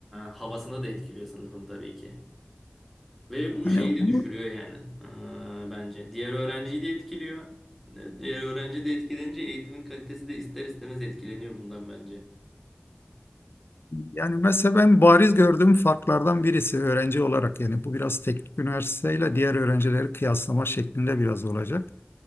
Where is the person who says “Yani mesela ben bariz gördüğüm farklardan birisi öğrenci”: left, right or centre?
Left